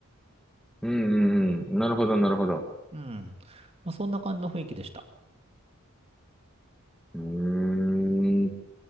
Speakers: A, in the centre; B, on the right.
A: うん、うん、うん。なるほど、なるほど。
B: うん。まあ、そんな感じの雰囲気でした。
A: うーん。